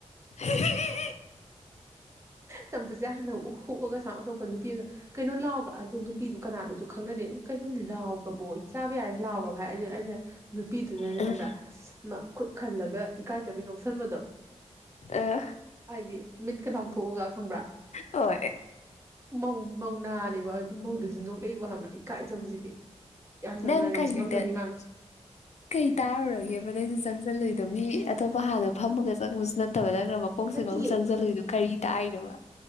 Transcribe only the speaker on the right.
ꯆꯝꯐꯨꯠꯁꯦ ꯍꯥꯟꯅ ꯍꯨꯛ ꯍꯨꯛꯑꯒ ꯁꯨꯃꯥꯏ ꯑꯣꯟꯗ ꯅꯨꯄꯤ ꯑꯝꯅ ꯀꯩꯅꯣ ꯂꯥꯎꯕ ꯑꯗꯨꯗꯣ ꯅꯨꯄꯤꯗꯨ ꯀꯅꯥꯅꯣꯁꯨ ꯈꯪꯅꯗꯦ ꯀꯩꯅꯣ ꯂꯥꯎꯈ꯭ꯔꯕꯣ ꯑꯩ ꯆꯥꯕ ꯌꯥꯏꯅ ꯂꯥꯎꯈ꯭ꯔꯕꯚꯥꯏ ꯑ ꯑꯩꯅ ꯅꯨꯄꯤꯗꯨꯗꯅꯦ
ꯈꯕ꯭ꯔꯥ
ꯑꯁ ꯈꯨꯠ ꯈꯜꯂꯒ ꯏꯀꯥꯏꯖꯕꯩ ꯅꯣꯛꯁꯟꯕꯗꯣ
ꯍꯥꯏꯗꯤ ꯃꯤꯠꯀ ꯂꯥꯎꯊꯣꯛꯑꯒ ꯈꯪꯕ꯭ꯔꯥ
ꯃꯧ ꯃꯧꯅꯥꯅꯦꯕ ꯑꯗꯨ ꯃꯧꯗꯨꯁꯨꯟꯗꯣꯛꯂꯕ ꯍꯕꯥ ꯏꯀꯥꯏꯖꯕꯁꯤꯗꯤ ꯌꯥꯝꯅ
ꯉꯥꯏꯉꯝ
ꯁꯤꯡꯉꯝꯗꯕꯤ ꯃꯥꯜꯂꯦ
ꯅꯠꯇꯤꯌꯦ